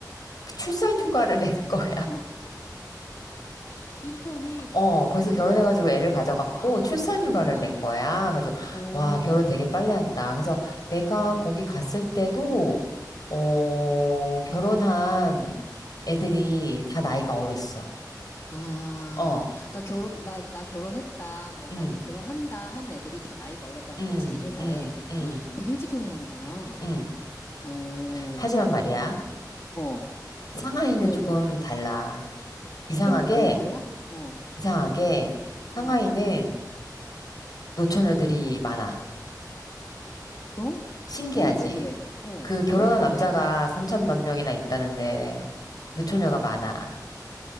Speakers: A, on the left (about 65°); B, on the left (about 40°).
A: 그 출산 휴가를 <laughs> 낸 거야.
B: 어머, <laughs> 인턴이,
A: 어, 벌써
B: 어머,
A: 결혼해가지고
B: 어머,
A: 애를 가져갔고
B: 아이를
A: 출산
B: 가진
A: 휴가를
B: 거구나.
A: 낸 거야. 그래서
B: 어,
A: 와, 결혼 되게 빨리 한다. 그래서 내가
B: 응.
A: 거기 갔을 때도 어, 결혼한 애들이 다 나이가 어렸어.
B: 아,
A: 어,
B: 그러니까 결혼, 나, 나 결혼했다, 뭐, 나
A: 응,
B: 이제 결혼한다 하는 애들이 다 나이가 어렸다는
A: 응,
B: 거지, 회사에.
A: 응, 응,
B: 되게 일찍 결혼하는구나.
A: 응.
B: 어,
A: 하지만 말이야,
B: 어,
A: 상하이는
B: 왜?
A: 조금 달라. 이상하게,
B: 좀, 좀 달라? 어,
A: 이상하게 상하이는
B: 응.
A: 노처녀들이 많아.
B: 그럼?
A: 신기하지.
B: 그럼 왜 그래? 어,
A: 그 결혼한
B: 왜?
A: 남자가
B: 왜?
A: 3천만 명이나 있다는데 노처녀가 많아.